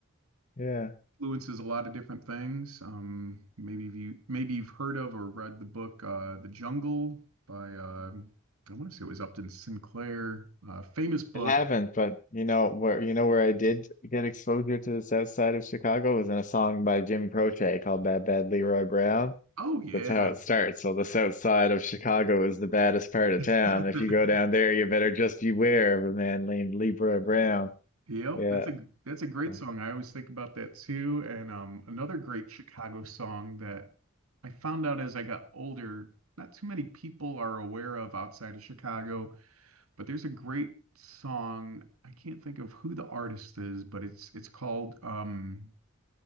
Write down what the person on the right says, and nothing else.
influences a lot of different things. Um, maybe you maybe you've heard of or read the book uh, The Jungle by uh, I want to say it was Upton Sinclair. Uh, famous book.
Oh yeah.
<laughs>
Yep,
that's a that's a great
song. I always think about that too. And um, another great Chicago song that I found out as I got older, not too many people are aware of outside of Chicago, but there's a great song. I can't think of who the artist is, but it's it's called um,